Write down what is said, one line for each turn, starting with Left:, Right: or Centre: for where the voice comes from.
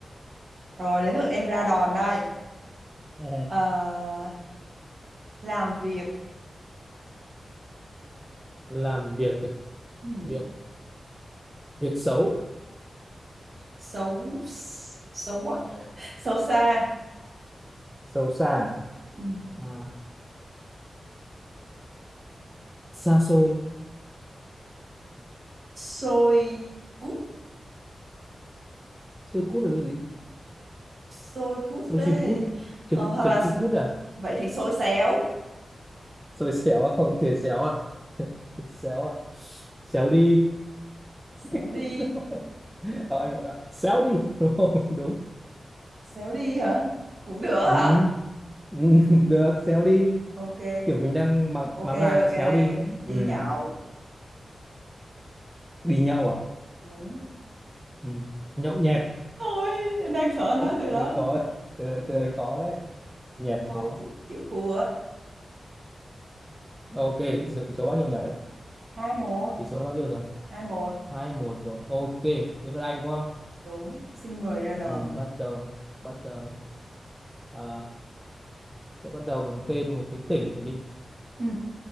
Right: Rồi đến lượt em ra đòn đây.
Centre: Ừ,
Right: Ờ, làm việc
Centre: làm việc
Right: ừm,
Centre: việc việc xấu
Right: xấu xấu quắc, <laughs> xấu xa.
Centre: xấu xa
Right: Ừm,
Centre: à, xa xôi
Right: Xôi cút,
Centre: xôi cút là xôi gì
Right: xôi cút
Centre: xôi
Right: đấy.
Centre: chim cút
Right: Ờ,
Centre: trứng
Right: hoặc
Centre: trứng
Right: là
Centre: chim cút à
Right: vậy thì xôi xéo,
Centre: xôi xéo à <laughs> ok xéo à <laughs> xéo à xéo đi
Right: xéo
Centre: <laughs>
Right: đi,
Centre: Ờ, anh bảo là xéo đi đúng không <laughs> đúng
Right: xéo đi hả? Cũng được
Centre: ừ.
Right: hả?
Centre: ừ, <laughs> được xéo đi
Right: ok
Centre: kiểu mình đang mắng
Right: ok
Centre: mắng ai là
Right: ok
Centre: xéo đi
Right: đi
Centre: ừ.
Right: nhậu
Centre: đi nhậu à
Right: đúng
Centre: ừ. nhậu nhẹt
Right: ôi em đang sợ nói
Centre: từ
Right: từ
Centre: đấy
Right: đó luôn
Centre: có từ đấy, từ đấy có đấy nhẹt
Right: thôi
Centre: khó
Right: chịu chịu thua á
Centre: ok thế số, số bao nhiêu nhỉ
Right: hai một
Centre: tỷ số là bao nhiêu rồi
Right: hai một
Centre: hai một rồi ok đến lượt anh đúng không
Right: đúng xin mời ra đòn
Centre: ừ, bắt đầu bắt đầu này à, sẽ bắt đầu bằng tên một cái tỉnh đi
Right: ừ.